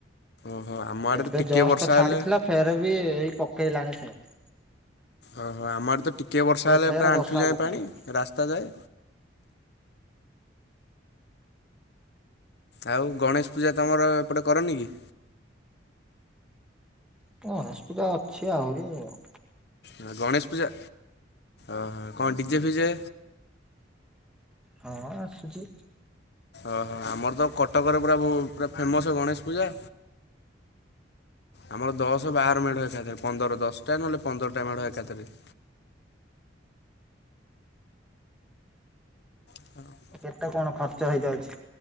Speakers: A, on the left (about 60°); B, in the centre.
A: ଓହୋ ଆମ ଆଡ଼େ
B: ଏବେ
A: ତ ଟିକେ
B: ଜଷ୍ଟ
A: ବର୍ଷା
B: ଛାଡ଼ିଥିଲା
A: ହେଲେ
B: ଫେରେ ବି ଏଇ ପକେଇଲାଣି ଫେରେ।
A: ଓହୋ ଆମଆଡେ ତ ଟିକେ ବର୍ଷା ହେଲେ
B: ଫେର
A: ପୁରା
B: ବର୍ଷା
A: ଆଣ୍ଠୁ ଯାଏ
B: ପକେଇଲାଣି
A: ପାଣି ରାସ୍ତା ଯାଏ। ଆଉ ଗଣେଶ ପୂଜା ତମର ଏପଟେ କରନି କି?
B: ଗଣେଶ ପୂଜା ଅଛି ଆହୁରି ଆଉ।
A: ହଁ ଗଣେଶ ପୂଜା ଓହ କଣ ଡିିଜେ ଫିଜେ?
B: ହଁ ଆସୁଛିି।
A: ଓହୋ ଆମର ତ କଟକରେ ପୁରା ପୁରା ଫେମସ ଗଣେଶ ପୂଜା। ଆମର ଦଶ ବାର ମେଢ ଏକାଥରେ ପନ୍ଦର ଦଶଟା ନହେଲେ ପନ୍ଦରଟା ମେଢ ଏକାଥରେ। ଅ
B: କେତେ କଣ ଖର୍ଚ୍ଚ ହେଇଯାଉଛି